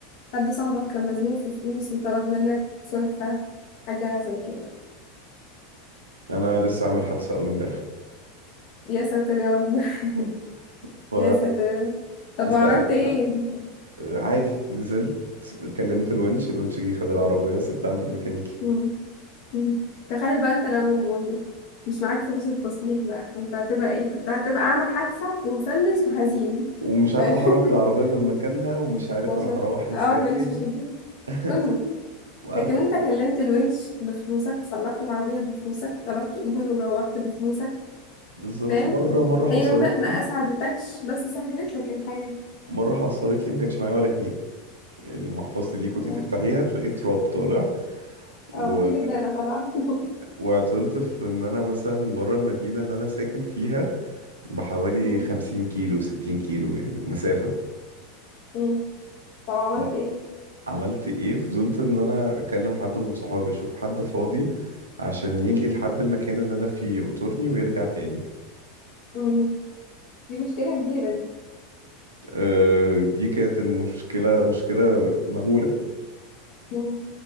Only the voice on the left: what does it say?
حد صاحبك كان مزنوق في فلوس وطلب منك سلفة حاجه زي كده
يا ساتر يا رب <laughs>
يا ساتر يا رب طب عملت
ايه
مم. مم. تخيل بقى انت لو مش معاك فلوس التصليح بقى كنت هتبقى ايه كنت هتبقى عامل حادثة ومفلس وهزيم
<laughs>
مش
هت...
اه البنش مش هتجيب
كنا
لكن
انت كلمت الونش بفلوسك صلحت العربية بفلوسك طلبت اوبر وروحت بفلوسك
فاهم
هي ما ما
اسعدتكش بس سهلت لك الحياة
اه
اه في دبانة طبعا <laughs>
مم.
مم. طب عملت
ايه
مم.
مم. دي مشكلة كبيرة دي
مم.